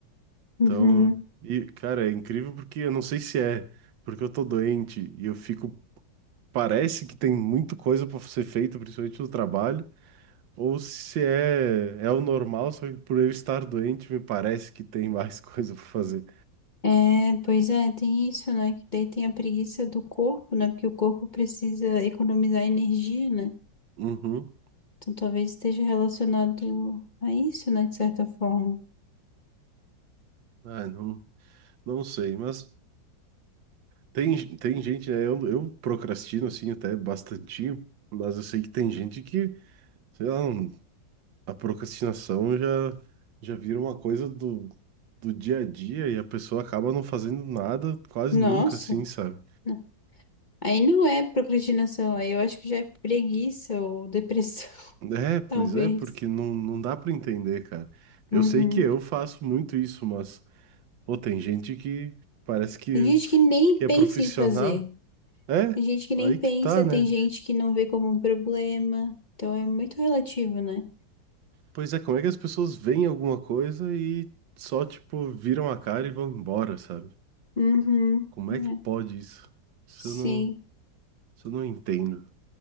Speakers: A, on the left; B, on the right.
A: uhum.
B: Então, e cara, é incrível porque eu não sei se é porque eu tô doente e eu fico, parece que tem muita coisa pra ser feita, principalmente no trabalho, ou se é é o normal, só que por eu estar doente me parece que tem mais <laughs> coisa pra fazer.
A: É, pois é, tem isso, né? Que daí tem a preguiça do corpo, né? Porque o corpo precisa economizar energia, né?
B: Uhum.
A: Então talvez esteja relacionado a isso, né? De certa forma.
B: Ah, não, não sei, mas tem, tem gente, né? Eu, eu procrastino assim até bastantinho, mas eu sei que tem gente que, sei lá, não, a procrastinação já, já vira uma coisa do, do dia a dia e a pessoa acaba não fazendo nada quase
A: Nossa,
B: nunca, assim, sabe?
A: né? aí não é procrastinação, aí eu acho que já é preguiça ou depressão, <laughs>
B: É, pois
A: talvez.
B: é, porque não, não dá pra entender, cara. Eu
A: Uhum.
B: sei que eu faço muito isso, mas, pô, tem gente que parece que,
A: Tem gente que nem
B: que é
A: pensa
B: profissional.
A: em fazer,
B: É,
A: tem gente que
B: aí
A: nem
B: que
A: pensa,
B: tá, né?
A: tem gente que não vê como um problema, então é muito relativo, né?
B: Pois é, como é que as pessoas veem alguma coisa e só, tipo, viram a cara e vão embora, sabe?
A: Uhum.
B: Como é
A: É.
B: que pode isso? Isso
A: Sim.
B: eu não, isso eu não entendo.